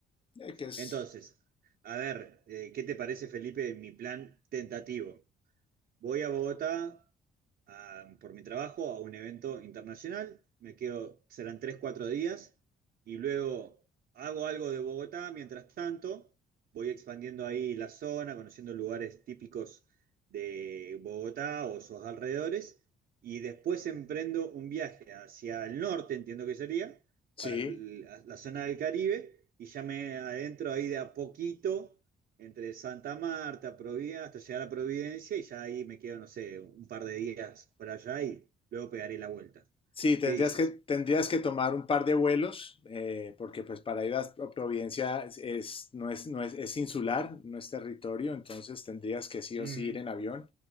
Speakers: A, on the left (about 25°); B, on the right (about 55°).
A: eh, que es,
B: Entonces, a ver, eh, ¿qué te parece, Felipe, mi plan tentativo? Voy a Bogotá a- por mi trabajo a un evento internacional, me quedo, serán tres, cuatro días, y luego hago algo de Bogotá, mientras tanto voy expandiendo ahí la zona, conociendo lugares típicos de Bogotá o sus alrededores, y después emprendo un viaje hacia el norte, entiendo que sería,
A: sí,
B: para el- la, la zona del Caribe, y ya me adentro ahí de a poquito entre Santa Marta, Providencia, hasta llegar a Providencia y ya ahí me quedo, no sé, un par de días por allá y luego pegaré la vuelta.
A: Sí, tendrías
B: ¿Qué dices?
A: que, tendrías que tomar un par de vuelos, eh, porque pues para ir a Providencia es, es- no es, no es, es insular, no es territorio, entonces tendrías que sí
B: Ujú.
A: o sí ir en avión.